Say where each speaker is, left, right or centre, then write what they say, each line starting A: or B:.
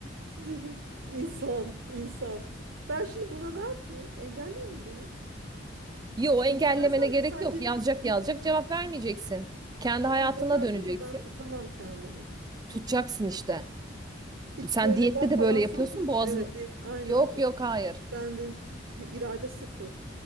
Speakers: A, on the right; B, on the right.
A: Bir İnsan, insan. Ben şimdi buna ne yapayım? Engelleyeyim mi bunu?
B: Yo engellemene
A: Engellersem
B: gerek
A: de sanki
B: yok. Yazacak
A: bir
B: yazacak
A: prim
B: cevap vermeyeceksin. Kendi
A: ama
B: hayatına
A: yazarsa
B: döneceksin.
A: da ben tutamam kendimi.
B: Tutacaksın işte.
A: Hiç
B: Sen
A: böyle
B: diyette
A: laf
B: de
A: falan
B: böyle yapıyorsun.
A: sok.
B: Boğazın
A: Evet, değil, aynen
B: Yok
A: tut.
B: yok hayır.
A: Ben de hiç- irade sıfır.